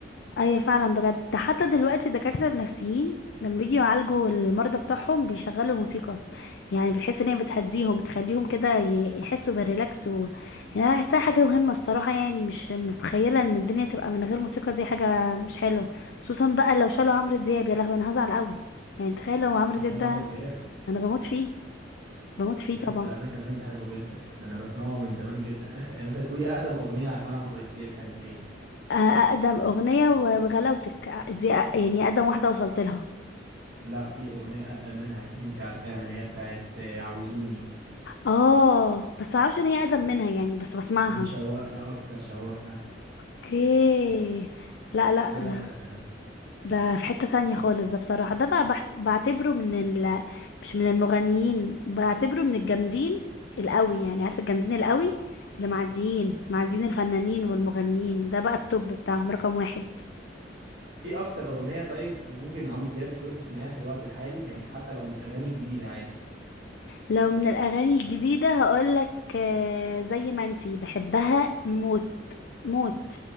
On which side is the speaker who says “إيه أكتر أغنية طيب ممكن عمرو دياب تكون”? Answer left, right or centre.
Right